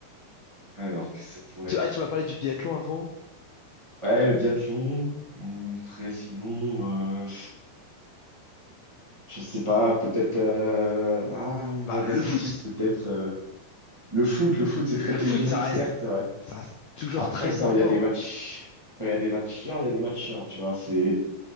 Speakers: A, on the right (about 35°); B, on the left (about 80°).
A: alors, qu'est-ce que ça pourrait
B: Tu,
A: être?
B: ah, tu m'as parlé du biathlon avant?
A: Ouais, le biathlon. Hum, Après, sinon, euh, je sais pas, peut-être euh, ah,
B: Bah,
A: l'athlétisme,
B: le foot,
A: peut-être. euh, Le foot, le foot, c'est
B: le
A: très télégénique,
B: foot, ça reste,
A: certes, c'est vrai.
B: ça reste toujours
A: Après,
B: très sympa,
A: quand il y a des
B: hein.
A: matchs, quand il y a des matchs chiants, il y a des matchs chiants, tu vois. C'est